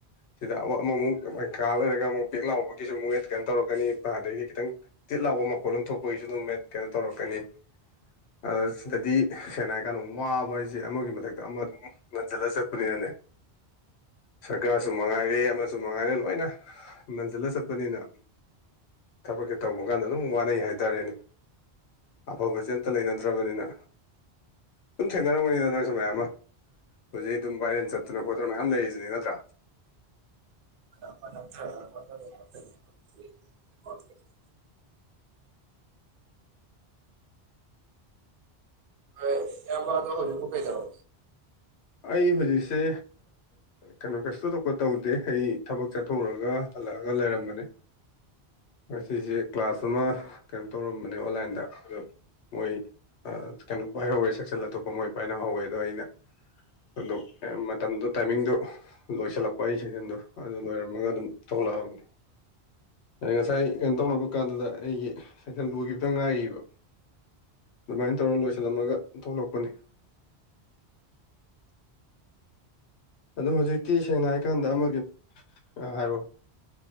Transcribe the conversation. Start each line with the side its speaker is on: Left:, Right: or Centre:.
Left: ꯁꯤꯗ ꯑꯃꯃꯨꯛ ꯃꯩ ꯀꯥ ꯂꯩꯔꯒ ꯑꯃꯨꯛ ꯄꯦꯛ ꯂꯥꯎꯕꯒꯤꯁꯨ ꯑꯃꯨꯛ ꯍꯦ ꯀꯩꯅꯣ ꯇꯧꯔꯛꯀꯅꯤ ꯑꯗꯩꯗꯤ ꯈꯤꯇꯪ ꯇꯤꯠ ꯂꯥꯎꯕ ꯃꯈꯣꯜ ꯑꯃ ꯊꯣꯛꯄꯒꯤꯁꯨ ꯑꯗꯨꯝ ꯀꯩꯅꯣ ꯇꯧꯔꯛꯀꯅꯤ ꯑꯗ ꯁꯤꯗꯗꯤ ꯁꯦꯡꯅ ꯍꯥꯏꯀꯥꯟꯗ ꯋꯥꯕ ꯍꯥꯏꯁꯦ ꯑꯃꯒꯤ ꯃꯊꯛꯇ ꯑꯃ ꯑꯗꯨꯝ ꯅꯟ ꯆꯂ ꯆꯠꯅꯤꯅꯅꯦ ꯁꯔꯀꯥꯔꯁꯨ ꯃꯉꯥꯏꯔꯦ ꯑꯃꯁꯨ ꯃꯉꯥꯏꯔꯦ ꯂꯣꯏꯅ ꯅꯟꯁꯜꯂ ꯆꯠꯄꯅꯤꯅ ꯊꯕꯛꯁꯦ ꯇꯧꯕ ꯀꯥꯟꯗ ꯑꯗꯨꯝ ꯋꯥꯅꯩ ꯍꯥꯏꯇꯥꯔꯦꯅꯦ ꯑꯐꯕꯁꯦ ꯑꯝꯇ ꯂꯩꯅꯗ꯭ꯔꯕꯅꯤꯅ ꯑꯗꯨꯝ ꯊꯦꯡꯅꯔꯝꯒꯅꯤꯅ ꯅꯪꯁꯨ ꯃꯌꯥꯝ ꯑꯃ ꯍꯧꯖꯤꯛ ꯑꯗꯨꯝ ꯕꯥꯥꯏꯔꯦꯟ ꯆꯠꯇꯅ ꯈꯣꯠꯇꯅ ꯃꯌꯥꯝ ꯂꯩꯔꯤꯗꯨꯅꯤ ꯅꯠꯇ꯭ꯔꯥ
Right: <unintelligible> ꯍꯣꯏ ꯏꯌꯥꯝꯕ ꯑꯗꯣ ꯍꯧꯖꯤꯛꯐꯥꯎ ꯀꯩꯗꯧ
Left: ꯑꯩ ꯍꯧꯖꯤꯛꯁꯦ ꯀꯩꯅꯣ ꯀꯩꯁꯨ ꯊꯣꯏꯗꫭꯛꯄ ꯇꯧꯗꯦ ꯑꯩ ꯊꯕꯛ ꯆꯠꯊꯣꯛꯎꯔꯒ ꯍꯜꯂꯛꯑꯒ ꯂꯩꯔꯝꯕꯅꯦ ꯑꯁꯤꯁꯦ ꯀ꯭ꯂꯥꯁ ꯑꯃ ꯀꯩꯅꯣ ꯇꯧꯔꯝꯕꯅꯦ ꯑꯣꯟꯂꯥꯏꯟꯗ ꯑꯗꯣ ꯃꯣꯏ ꯀꯩꯅꯣ ꯄꯥꯏꯍꯧꯋꯦ ꯁꯦꯛꯁꯜ ꯑꯇꯣꯞꯄ ꯃꯣꯏ ꯄꯥꯏꯅꯍꯧꯋꯦ ꯑꯗꯣ ꯑꯩꯅ ꯑꯗꯨ ꯃꯇꯝꯗꯨ ꯇꯥꯏꯃꯤꯡꯗꯨ ꯂꯣꯏꯁꯤꯜꯂꯛꯄ ꯑꯩ ꯁꯦꯛꯖꯟꯗꯣ ꯑꯗꯨ ꯂꯣꯏꯔꯝꯃꯒ ꯑꯗꯨꯝ ꯊꯣꯛꯂꯛꯑꯕꯅꯤ ꯑꯗ ꯉꯁꯥꯏ ꯀꯩꯅꯣ ꯇꯧꯅꯕ ꯀꯥꯟꯗꯨꯗ ꯑꯩꯒꯤ ꯁꯥꯏꯀꯜ ꯂꯣꯏꯈꯤꯕꯗ ꯉꯥꯏꯔꯤꯕ ꯑꯗꯨꯃꯥꯏꯅ ꯇꯧꯔ ꯂꯣꯏꯁꯤꯜꯂꯝꯃꯒ ꯊꯣꯛꯂꯛꯄꯅꯤ ꯑꯗꯨꯝ ꯍꯧꯖꯤꯛꯇꯤ ꯁꯦꯡꯅ ꯍꯥꯏꯀꯥꯟꯗ ꯑꯃꯒꯤ ꯍꯥꯏꯔꯛꯑꯣ